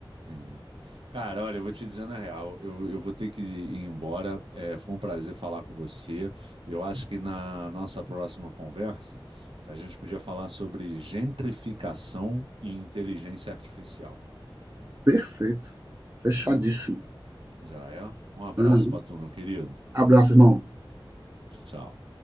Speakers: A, on the right; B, on the right.
A: entendi. Cara, olha, eu vou te dizer na real, eu, eu vou ter que ir embora. É, foi um prazer falar com você. Eu acho que na nossa próxima conversa, a gente podia falar sobre gentrificação e inteligência artificial.
B: Perfeito. Fechadíssimo.
A: Já é? Um abraço
B: Uhum.
A: pra tu, meu querido.
B: Abraço, irmão.
A: Tchau.